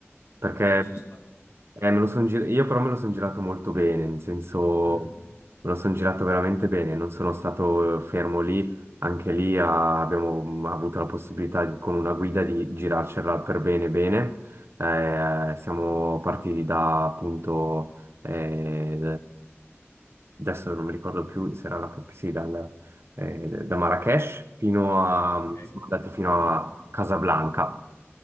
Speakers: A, on the right (about 60°); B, on the left (about 90°).
A: perché...
B: Eh, ci sono stato.
A: Eh, me lo son gir- io però me lo sono girato molto bene, nel senso
B: Mm,
A: me lo sono girato veramente bene, non sono stato eh, fermo lì, anche lì ah, abbiamo mm, avuto la possibilità di- con una guida di girarcela per bene bene. Eh, siamo partiti da appunto, eh, adesso non mi ricordo più se era la, sì, dal- eh, da Marrakech fino a,
B: ok.
A: siamo andati fino a Casablanca.